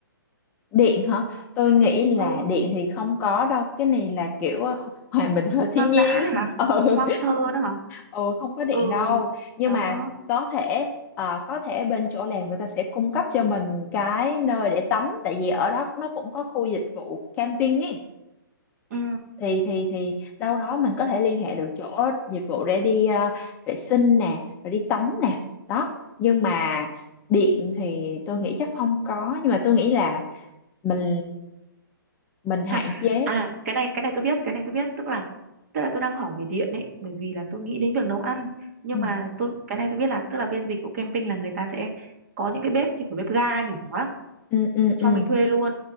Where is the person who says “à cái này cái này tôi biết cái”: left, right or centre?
Right